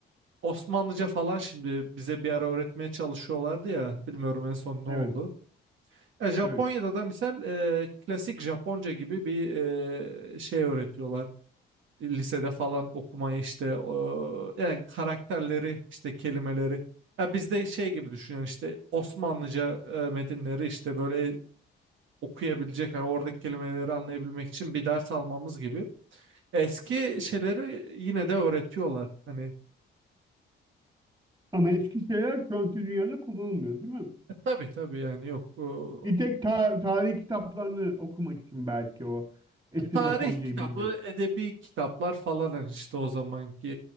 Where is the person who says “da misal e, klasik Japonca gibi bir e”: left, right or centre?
Right